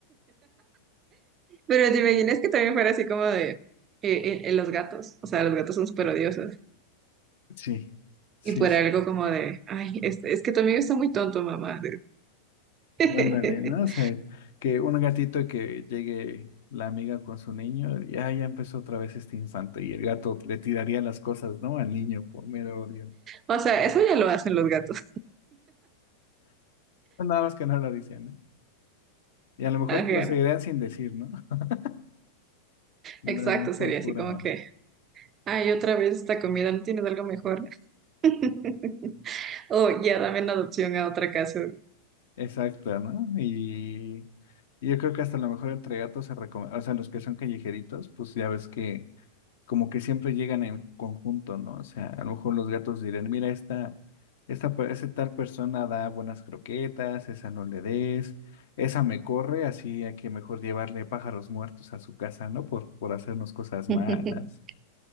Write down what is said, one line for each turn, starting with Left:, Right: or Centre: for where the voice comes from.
Right: Pero te imaginas que también fuera así como de eh, eh, eh, los gatos. O sea, los gatos son súper odiosos.
Left: Sí, sí,
Right: Y fuera
Left: sí.
Right: algo como de, ay, es, es que tu amigo está muy tonto, mamá. <laughs>
Left: Ándale, ¿no? O sea, que un gatito que llegue la amiga con su niño, y ah, ya empezó otra vez este infante, y el gato le tiraría las cosas, ¿no? Al niño por mero odio.
Right: O sea, eso ya lo hacen los gatos.
Left: Nada más que no lo dicen, ¿eh? Y a lo mejor
Right: <laughs> Ajá.
Left: lo seguirían sin decir, ¿no? <laughs> Lo
Right: Exacto,
Left: harían por
Right: sería
Left: pura
Right: así como que, ay, otra vez esta comida, ¿no tienes algo mejor? <laughs> O ya dame en adopción a otra casa.
Left: exacta, ¿no? Y, y yo creo que hasta a lo mejor entre gatos se recomienda, o sea, los que son callejeritos, pues ya ves que como que siempre llegan en conjunto, ¿no? O sea, a lo mejor los gatos dirán, mira, esta, esta, pe- esa tal persona da buenas croquetas, esa no le des, esa me corre, así hay que mejor llevarle pájaros muertos a su casa, ¿no? Por, por hacernos cosas
Right: <laughs>
Left: malas.